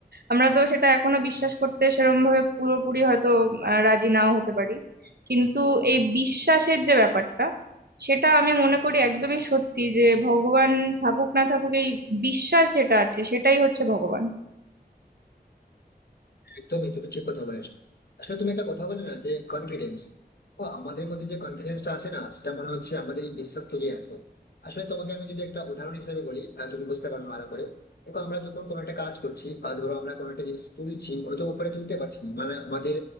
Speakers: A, on the right; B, on the left.
A: আমরা তো সেটা এখনো বিশ্বাস করতে সেরকম ভাবে পুরোপুরি হয়তো আহ, রাজি নাও হতে পারি কিন্তু এই বিশ্বাসের যে ব্যাপারটা সেটা আমি মনে করি একদমই সত্যি যে ভগবান থাকুক না থাকুক এই বিশ্বাস যেটা আছে সেটাই হচ্ছে ভগবান
B: একদমই তুমি ঠিক কথা বলেছো আসলে তুমি একটা কথা বলে না যে কনফিডেন্স ও আমাদের মধ্যে যে কনফিডেন্সটা আসে না সেটা মনে হচ্ছে আমাদের এই বিশ্বাস থেকেই আসে আসলে তোমাকে আমি যদি একটা উদাহরণ হিসেবে বলি আহ, তুমি বুঝতে পারবে ভালো করে দেখো আমরা যখন কোনো একটা কাজ করছি বা ধরো আমরা কোনো একটা জিনিস তুলছি ওটা তো উপরে তুলতে পারছি না মানে আমাদের